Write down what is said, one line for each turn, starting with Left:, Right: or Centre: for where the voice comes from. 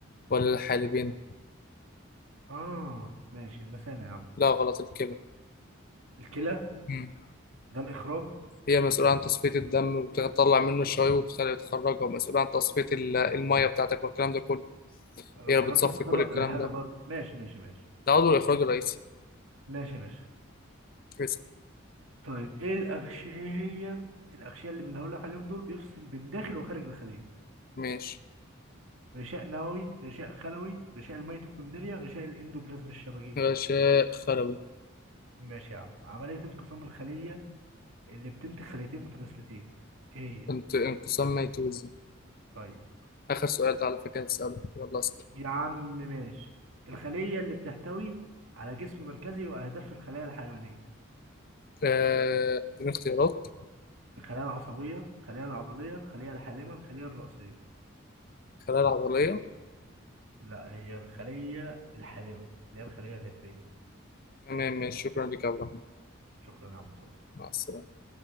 Left: ولا الحالبين
Right: اه ماشي المثانه يا عم
Left: لا غلط الكلى
Right: الكلى
Left: مم.
Right: ده الاخراج
Left: هي مسؤولة عن تصفية الدم وبتطلع منه الشوائب وبتخليه يتخرجها ومسؤولة عن تصفية ال- المية بتاعتك والكلام ده كله
Right: انا
Left: هي
Right: افتكرت
Left: بتصفي
Right: بتخرج
Left: كل الكلام
Right: الحاجه
Left: ده
Right: برضه ماشي ماشي ماشي
Left: ده عضو الإخراج الرئيسي
Right: ماشي يا باشا
Left: اسأل
Right: طيب ايه الاغشيه ايه هي الاغشيه اللي بنقول لك عليهم دول بيفصل بين داخل وخارج الخليه
Left: ماشي
Right: غشاء نووي غشاء خلوي غشاء الميتوكوندريا غشاء الاندوبلازم الشبكي
Left: غشاء خلوي
Right: ماشي يا عم عمليه انقسام الخليه اللي بتنتج خليتين متماثلتين ايه هي
Left: انت انقسام ميتوزي
Right: طيب
Left: آخر سؤال ده على فكرة هتسأله يلا اسأل
Right: يا عم ماشي الخلية اللي بتحتوي على جسم مركزي وأهداف الخلايا الحيوانية
Left: آه، اديني اختيارات
Right: الخلايا العصبية الخلايا العضلية الخلية الحالمة الخلية الرئوسية
Left: خلايا عضلية
Right: لا هي الخلية الحالمة اللي هي الخلية الهدبية
Left: تمام ماشي شكرا لك يا عبد الرحمن
Right: شكرا يا عم صوص
Left: مع السلامة